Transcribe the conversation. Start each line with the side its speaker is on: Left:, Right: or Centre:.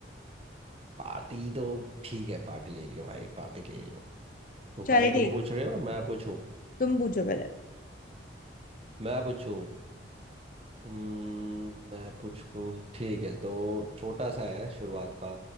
Right: पार्टी तो ठीक है पार्टी ले लियो भाई पार्टी ले लियो तो पहले
Left: चल ठीक
Right: तुम पूछ रहे हो मैं पूछूं
Left: तुम पूछो पहले
Right: मैं पूछूं हम्म मैं पूछूं ठीक है तो छोटा सा है शुरुआत का